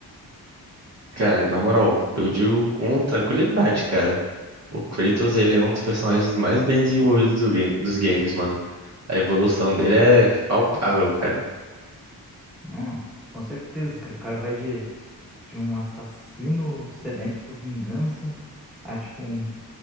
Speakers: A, on the right; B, in the centre.
A: Cara, na moral, eu digo com tranquilidade, cara. O Kratos, ele é um dos personagens mais bem desenvolvidos do game, dos games, mano. A evolução dele é palpável, cara.
B: Não, com certeza, cara, o cara vai de de um assassino sedento por vingança a, tipo, um,